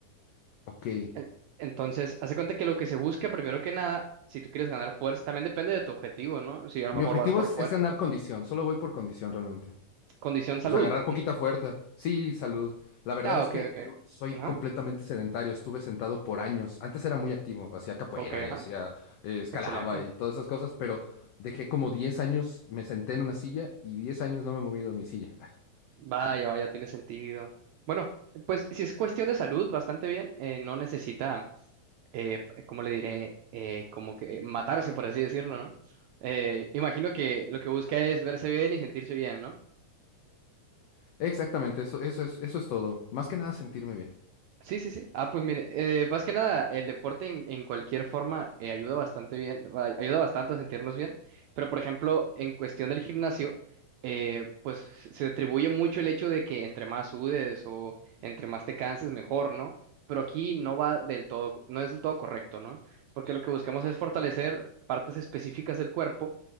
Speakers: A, on the left; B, on the right.
A: Ok.
B: En- Entonces, hace cuenta que lo que se busca, primero que nada, si tú quieres ganar fuerza, también depende de tu objetivo, ¿no? Si a lo
A: Mi
B: mejor
A: objetivo
B: vas por
A: es,
B: fuerza.
A: es ganar condición. Solo voy por condición realmente.
B: Condición salud.
A: Pues agarrar poquita
B: Mm.
A: fuerza. Sí, salud. La verdad
B: Ah,
A: es
B: ok,
A: que
B: ok.
A: yo soy
B: Ajá.
A: completamente sedentario. Estuve sentado por años. Antes era muy activo. Hacía capoeira
B: Ok,
A: y
B: ajá.
A: hacía eh, escalaba
B: Excelente.
A: y todas esas cosas, pero dejé como 10 años. Me senté en una silla y 10 años no me he movido de mi silla.
B: Vaya, vaya, tiene sentido. Bueno, pues si es cuestión de salud, bastante bien. eh, no necesita, eh, ¿cómo le diré? Eh, como que matarse, por así decirlo, ¿no? Eh, imagino que lo que busca es verse bien y sentirse bien, ¿no?
A: <laughs> Exactamente. Eso, eso es, eso es todo. Más que nada sentirme bien.
B: Sí, sí, sí. Ah, pues mire, eh, más que nada, el deporte en, en cualquier forma eh, ayuda bastante bien, va- ayuda bastante a sentirnos bien, pero por ejemplo, en cuestión del gimnasio, eh, pues se atribuye mucho el hecho de que entre más sudes o entre más te canses, mejor, ¿no? Pero aquí no va del todo, co- no es del todo correcto, ¿no? Porque lo que buscamos es fortalecer partes específicas del cuerpo